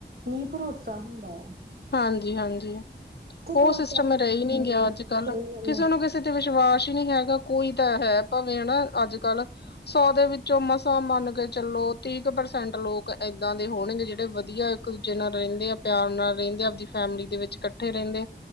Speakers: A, on the right; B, on the left.
A: ਨੀਂ ਭਰੋਸਾ ਹੁੰਦਾ ਯਾ।
B: ਹਾਂਜੀ-ਹਾਂਜੀ, ਉਹ
A: ਭਰੋਸਾ
B: ਸਿਸਟਮ
A: ਹਮ
B: ਰਹਿ ਈ ਨਹੀਂ ਗਿਆ ਅੱਜ-ਕੱਲ,
A: ਸਹੀ ਗੱਲ
B: ਕਿਸੇ
A: ਆ
B: ਨੂੰ ਕਿਸ ਕਿਸੇ ਤੇ ਵਿਸ਼ਵਾਸ ਹੀ ਨਹੀਂ ਹੈਗਾ, ਕੋਈ ਤਾ ਹੈ ਭਾਵੇਂ ਹਨਾ ਅੱਜ-ਕੱਲ। ਸੌ ਦੇ ਵਿੱਚੋਂ ਮਸਾਂ ਮੰਨਕੇ ਚਲੋ, ਤੀਹ ਕੁ ਪਰਸੈਂਟ ਲੋਕ ਏਦਾਂ ਦੇ ਹੋਣਗੇ ਜਿਹੜੇ ਵਧੀਆ ਇੱਕ-ਦੂਜੇ ਨਾਲ ਰਹਿੰਦੇ ਆ, ਪਿਆਰ ਨਾਲ ਰਹਿੰ ਆਪਦੀ ਫੈਮਿਲੀ ਦੇ ਵਿੱਚ ਇਕੱਠੇ ਰਹਿੰਦੇ,